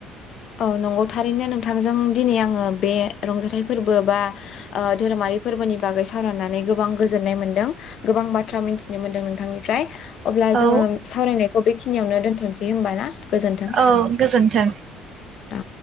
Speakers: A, on the left; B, on the right.
A: औ नंगौ थारैनो नोंथांजों दिनै आङो बे रंजाथाय फोर्बो बा धोरोमारि फोर्बोनि बागै सावरायनानै गोबां गोजोन्नाय मोन्दों गोबां बाथ्रा मिन्थिनो मोन्दों नोंथांनिफ्राय अब्ला
B: औ
A: जोङो सावरायनाय खौ बेखिनियावनो दोन्थ'नसै होमबा ना? गोजोन्थों
B: औ गोजोन्थों।
A: औ।